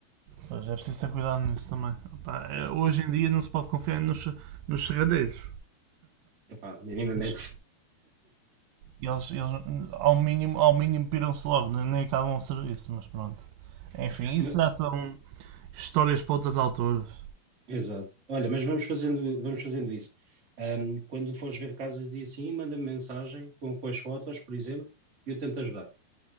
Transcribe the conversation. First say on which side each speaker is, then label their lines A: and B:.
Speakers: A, on the right; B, on the right.
A: Pois, é preciso ter cuidado nisso também. Opá, é-
B: Mas,
A: hoje em dia não se pode confiar nos, nos serradeiros.
B: epá, minimamente.
A: Mas, Eles, eles ao mínimo, ao mínimo piram-se logo, nem nem acabam o serviço, mas pronto. Enfim,
B: <laughs>
A: isso
B: Ma-
A: já são histórias para outras alturas.
B: Exato. Olha, mas vamos fazendo, vamos fazendo isso. Ahm, quando fores ver casas de assim, manda-me mensagem com, com as fotos, por exemplo, e eu tento ajudar.